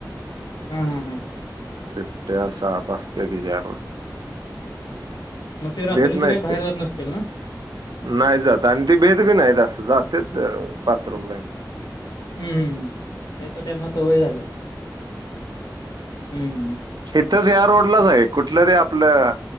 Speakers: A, on the left (about 70°); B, on the right (about 70°).
A: हा हा हा
B: बिबट्या साप असतत्यात या रोडला
A: मग ते रात्रीच
B: भेत नाहीत
A: काय बाहेर
B: ते.
A: जात नसतील ना?
B: नाही जात आणि ती भेतं बी नाही अस जातेच बाथरूमला
A: हम् हम्मम ते तर त्यांना सवय झाली हम्म
B: इथच या रोडलाच आहे कुठलं त आपलं